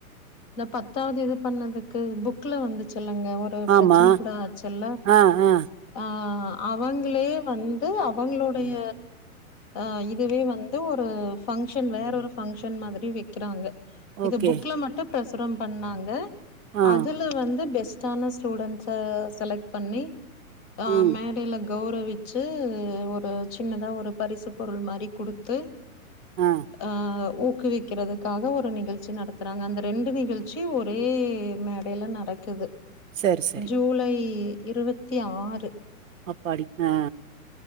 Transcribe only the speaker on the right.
ஆமா
ஆ ஆ
ஓகே
ஆ
ம்
ஆ
சரி சரி
அப்பாடி ஆ